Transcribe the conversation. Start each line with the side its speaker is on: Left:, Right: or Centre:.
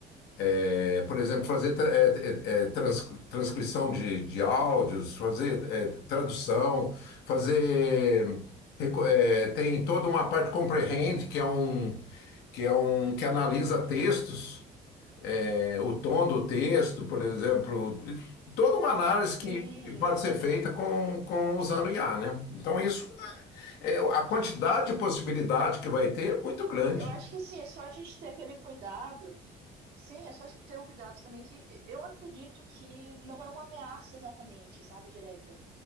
Left: é, por exemplo, fazer tra- é, é, é, trans- transcrição de, de áudios, fazer é, tradução, fazer. reco- é, tem toda uma parte comprehend, que é um que, é um, que analisa textos, é, o tom do texto, por exemplo. Toda uma análise
Right: sim.
Left: que que pode ser feita com, com usando IA, né? Então, isso, é, a quantidade de possibilidade que vai ter é muito grande.
Right: Eu acho que assim, é só a gente ter aquele cuidado. Sim, é só ter o cuidado também que eu acredito que não é uma ameaça exatamente, sabe, direta.